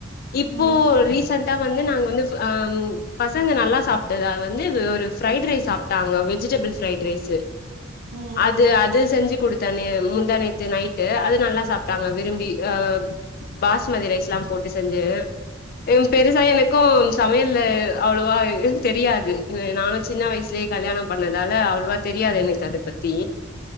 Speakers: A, on the left; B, on the right.
A: இப்போ
B: ம்
A: ரீசெண்டா வந்து நாங்க வந்து ஆஹ் பசங்க நல்லா சாப்ட்டத வந்து ஒரு ஃப்ரைடு ரைஸ் சாப்ட்டாங்க வெஜிடபிள்ஸ் ஃப்ரைடு ரைஸ்ஸு
B: ம் ம்
A: அது அது செஞ்சு குடுத்தே நே முந்தா நேத்து நைட் டு அது நல்லா சாப்ட்டாங்க விரும்பி ஆ பாஸ்மதி ரைஸ்லா போட்டு செஞ்சு ம் பெருசா எனக்கு சமயல்ல அவ்வளோவா தெரியாது நானு சின்ன வயசுலேயே கல்யாணம் பண்ணதால அவ்வளவா தெரியாது எனக்கு அத பத்தி